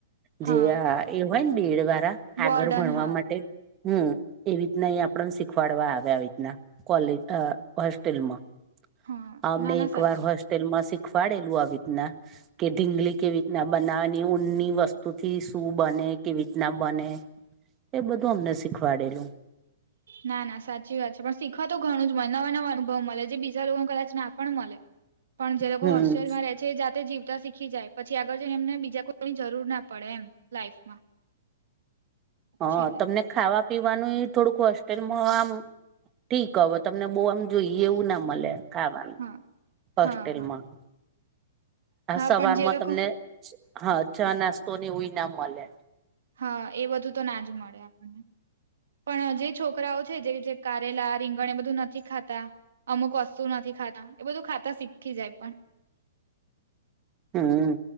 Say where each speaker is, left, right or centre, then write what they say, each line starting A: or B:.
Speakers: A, on the right; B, on the right.
A: જે
B: હા
A: એ હોય ને બેડ વાળા આગળ
B: વોર્ડન
A: ભણવા
B: હા
A: માટે હમ્મ, એવી રીતના અ આપને શીખવાડવા આવે આવી રીતના કોલેજ અ હોસ્ટેલમાં
B: હા
A: અમને
B: ના ના
A: એક
B: સાચી
A: વાર હોસ્ટેલમાં શીખવાડેલું આવી રીતના કે ઢીંગલી કેવી રીતના બનાવેની ઊનની વસ્તુથી શું બને, કેવી રીતના બને. એ બધું અમને શીખવાડેલું.
B: ના ના સાચી વાત છે, પણ શીખવા તો ઘણું જ મળે નવા નવા અનુભવ મળે, જે બીજા લોકોને કદાચ ના પણ મળે. પણ જે લોકો
A: હમ
B: હોસ્ટેલમાં રહેે છે એ જાતે જીવતા શીખી જાય, પછી આગળ જઈને એમને બીજા કોઈની જરૂર ના પડે એમ લાઈફમાં
A: હ
B: છેલ્લે
A: તમને ખાવા પીવાનું થોડુંક હોસ્ટેલમાં આમ ઠીક હવે તમને બહુ આમ જોઈએ એવું ના મળે ખાવાનું
B: હા
A: હોસ્ટેલમાં
B: હા હા
A: આ
B: હા
A: સવાર
B: પણ જે
A: માં
B: લોકો
A: તમને હા ચા નાસ્તોને એવું ઈનામ મલે
B: હા એ બધું તો ના જ મળે આપણને પણ જે છોકરાઓ છે જે કે કારેલા રીંગણ એ બધું નથી ખાતા અમુક વસ્તુ નથી ખાતા એ બધું ખાતા શીખી જાય પણ
A: હમ